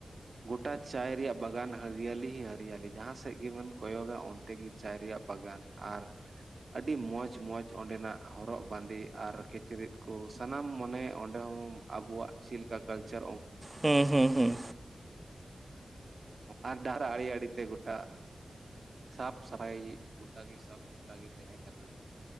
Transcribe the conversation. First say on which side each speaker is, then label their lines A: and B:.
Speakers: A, on the right; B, on the right.
A: ᱜᱚᱴᱟ ᱪᱟᱭ ᱨᱮᱭᱟᱜ ᱵᱟᱜᱟᱱ ᱦᱟᱹᱨᱭᱟᱞᱤ ᱦᱟᱹᱨᱭᱟᱞᱤ ᱡᱟᱦᱟᱸ ᱥᱮᱫ ᱜᱮᱵᱚᱱ ᱠᱚᱭᱚᱜᱟ ᱚᱱᱛᱮ ᱜᱮ ᱪᱟᱭ ᱨᱮᱭᱟᱜ ᱵᱟᱜᱟᱱ ᱟᱨ ᱟᱹᱰᱤ ᱢᱚᱸᱡᱽ ᱢᱚᱸᱡᱽ ᱚᱸᱰᱮᱱᱟᱜ ᱦᱚᱨᱚᱜ ᱵᱟᱸᱫᱮ ᱟᱨ ᱠᱤᱪᱨᱤᱡ ᱠᱚ ᱥᱟᱱᱟᱢ ᱢᱟᱱᱮ ᱚᱸᱰᱮ ᱦᱚᱸ ᱟᱵᱚᱣᱟᱜ ᱪᱮᱫ ᱞᱮᱠᱟ ᱠᱟᱞᱪᱟᱨ
B: ᱦᱩᱸ ᱦᱩᱸ ᱦᱩᱸ
A: ᱟᱨ ᱰᱟᱦᱟᱨ ᱟᱲᱮ ᱟᱲᱮ ᱛᱮ ᱜᱚᱴᱟ ᱥᱟᱯᱷ ᱥᱟᱯᱷ ᱤᱡ ᱜᱚᱴᱟ ᱥᱟᱯᱷ ᱥᱩᱛᱨᱟ ᱜᱮ ᱛᱟᱦᱮᱱᱟ ᱠᱟᱱᱟ